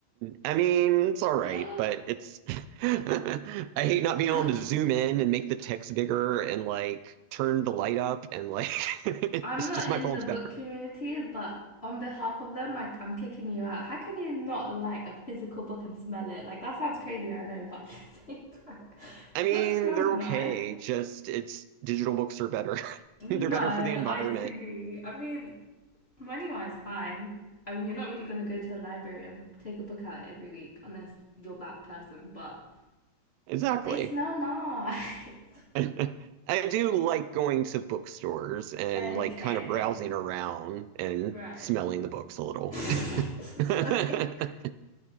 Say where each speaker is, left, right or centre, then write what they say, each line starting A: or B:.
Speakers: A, on the right; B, on the left.
A: I mean, it's all right,
B: <gasps>
A: but it's <laughs> I hate not being
B: Goth.
A: able to zoom in and make the text bigger and like turn the light up and like <laughs> it's
B: I'm not
A: just my
B: in
A: phone's
B: the book
A: better.
B: community, but on behalf of them, like I'm kicking you out. How can you not like a physical book and smell it? Like that sounds crazy, I know, but <laughs> at the same time, <laughs>
A: I
B: books
A: mean,
B: smell
A: they're
B: nice.
A: okay, just it's digital books are better. <laughs>
B: No,
A: They're better for the environment.
B: I disagree. I mean, money-wise, fine. I mean, you're not really gonna go to a library and take a book out every week unless you're that person, but
A: Exactly.
B: they smell nice. <laughs>
A: <laughs> I do like going to bookstores and
B: Okay,
A: like kind of browsing around and
B: right.
A: smelling the books a little.
B: <laughs> Sorry.
A: <laughs>